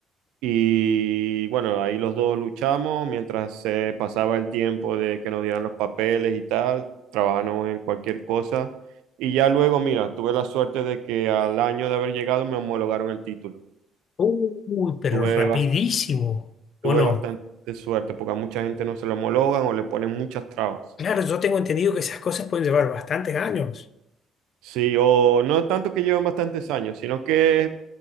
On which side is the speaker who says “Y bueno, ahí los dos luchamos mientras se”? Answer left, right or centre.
Right